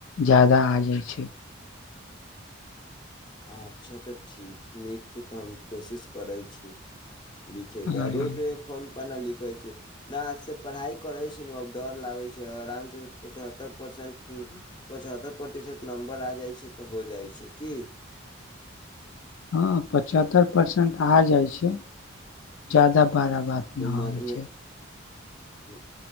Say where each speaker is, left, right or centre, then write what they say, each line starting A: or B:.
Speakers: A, on the left (about 75°); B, on the left (about 20°).
A: ज्यादा आ जाइ छै
B: अच्छा तऽ ठीक नीक छै तऽ हम कोशिश करैय छी <unintelligible>
A: हँ
B: से पढ़ाई करै छै डर लागै छै आराम से पचत्तर परसेंट पचहत्तर प्रतिशत नंबर आ जाइ छै तऽ हो जाइ छै की
A: हाँ पचहत्तर परसेंट आ जाइ छै ज्यादा बड़ा बात ना होइ
B: मन मे
A: छै
B: ह्म